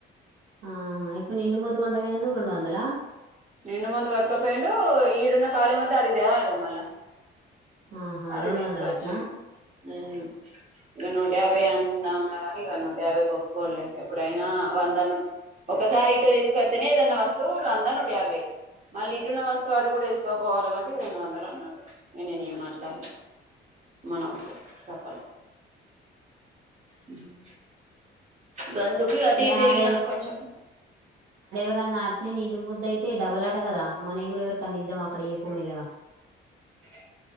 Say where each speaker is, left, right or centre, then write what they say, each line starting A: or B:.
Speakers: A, on the right; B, on the right.
A: ఆహా ఇప్పుడు నిండు మొద్దు కొంట పోయినాందుకు రెండు వందల
B: నిండు మొద్దు పట్టుకపోయిండు ఈడున్న ఖాళీ మొద్దు అడిగి తేవలిగా మళ్ళా
A: ఆహా
B: మరి
A: రెండు
B: తీసుకొచ్చిండు
A: వందలటనా
B: ఉ ఇగా నూట యాభై అందా ఉన్న గాని నూట యాభై కి ఒప్పుకోడులే ఎప్పుడైనా వంద ను ఒకసారి ఇటు తీసుకొస్తతేనే ఏదన్నా వస్తువు వంద నూట యాభై మళ్ళీ ఇటున్న వస్తువు ఆటు కూడా ఏసుకోపోవాలి కాబట్టి రెండు వందలు అన్నాడు ఇక నేను ఏం మాట్లాడలే మనా అవసరం తప్పలే హ్ గందుకు ఇగ అటు ఇటు
A: ఏ
B: తిరిగిన
A: ఆడ
B: కొంచం
A: ఇడ నా అట్ట్నె నిండు మొద్దు అయితే డబల్లా ఆట కదా మనయి కూడా ఎవరీ కన్న ఇద్దాం అక్కడ చెప్పు మెల్లగా అట్టే